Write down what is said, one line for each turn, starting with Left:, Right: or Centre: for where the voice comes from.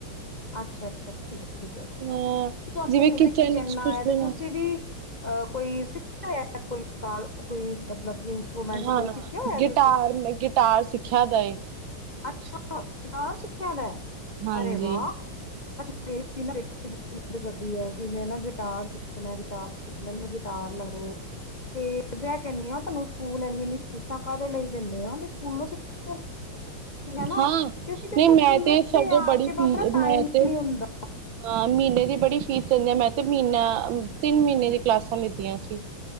Left: ਅੱਛਾ ਅੱਛਾ ਠੀਕ ਠੀਕ ਹੈ
Right: ਅ
Left: ਤੁਹਾਨੂੰ
Right: ਜਿਵੇਂ
Left: ਮਿਊਜਿਕ
Right: ਕਿਚਨ
Left: ਚੰਨਾ
Right: ਵਿੱਚ ਕੁਛ
Left: ਹੈ
Right: ਬਣਾ
Left: ਤੇ ਤੁਸੀਂ ਵੀ ਅ ਕੋਈ ਸਿੱਖਿਆ ਕੋਈ ਕੋਈ ਮਤਲਬ ਕਿ ਇੰਸਟਰੂਮੈਂਟ
Right: ਹਾਂ
Left: ਕੋਈ ਸਿੱਖਿਆ ਹੋਇਆ
Right: ਗਿਟਾਰ
Left: ਤੁਸੀਂ
Right: ਮ ਗਿਟਾਰ ਸਿੱਖਿਆ ਦਾ
Left: ਅੱਛਾਟ ਖਿਆਦਾ ਹੈ
Right: ਹਾਂਜੀ
Left: ਅਰੇ ਵਾਹ ਅੱ ਮੇਰੀ ਬੇ ਬ ਕਰਦੀ ਹੈ ਕਿ ਮੈਂ ਨਾ ਗਿਟਾਰ ਸਿੱਖਣਾ ਗਿਟਾਰ ਸਿੱਖ ਮੈਨੂੰ ਗਿਟਾਰ ਲੈੜੋ ਤੇ ਮੈਂ ਕਹਿੰਦੀ ਆ ਤੁਹਾਨੂੰ ਸਕੂਲ ਇਨੀ ਇਨੀ ਫੀਸਾਂ ਕਾਹਦੇ ਲਈ ਦਿੰਦੇ ਆ ਸਕੂਲੋਂ ਸਿੱਖੋ ਹੈ ਨਾ
Right: ਹਾਂ
Left: ਕਿਉਂਕਿ ਦੇਖੋ
Right: ਨਹੀਂ ਮੈਂ ਤੇ ਸਗੋਂ
Left: ਆ
Right: ਬੜੀ
Left: ਕੇ
Right: ਫੀ
Left: ਬਾਅਦ ਨਾ ਟਾਈਮ
Right: ਮੈਂ
Left: ਹੀ
Right: ਤੇ
Left: ਨਹੀਂ
Right: ਹਾਂ।
Left: ਹੁੰਦਾ
Right: ਆ ਮਹੀਨੇ ਦੀ ਬੜੀ ਫੀਸ ਦਿੰਦੀ ਆ ਮੈਂ ਤੇ ਮਹੀਨਾ ਤਿੰਨ ਮਹੀਨੇ ਦੀ ਕਲਾਸਾਂ ਲਿੱਤੀਆਂ ਸੀ।